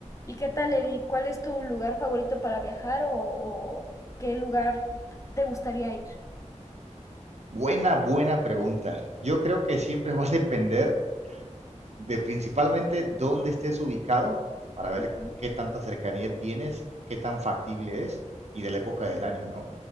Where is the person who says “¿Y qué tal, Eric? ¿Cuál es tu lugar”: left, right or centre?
Left